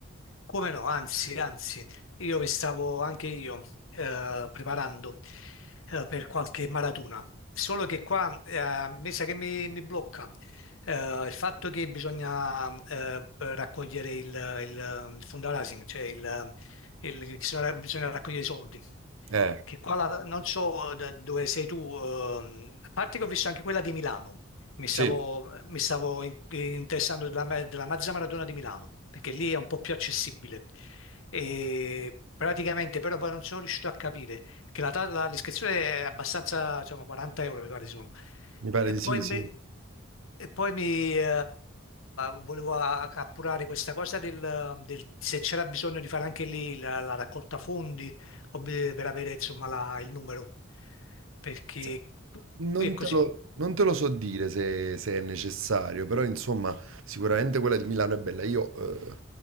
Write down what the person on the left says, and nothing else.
Come no, anzi, anzi, io mi stavo anche io eh, preparando eh, per qualche maratona, solo che qua eh, mi sa che mi, mi blocca eh, il fatto che bisogna eh, raccogliere il, il, il fundraising, cioè il, il- bisogna bisogna raccogliere i soldi
che qua la- non so da dove sei tu, ehm, a parte che ho visto anche quella di Milano, mi
stavo, mi stavo in- interessando della, ma- della Mazza Maratona di Milano, perché lì è un po' più accessibile. E praticamente però poi non sono riuscito a capire, che la, ta- la- l'iscrizione è abbastanza, diciamo, 40 euro mi pare sono.
E
poi
mi, e poi mi, eh, volevo a- appurare questa cosa del, del- se c'era bisogno di fare anche lì la, la raccolta fondi ob- per avere insomma la- il numero, perché
qui è così.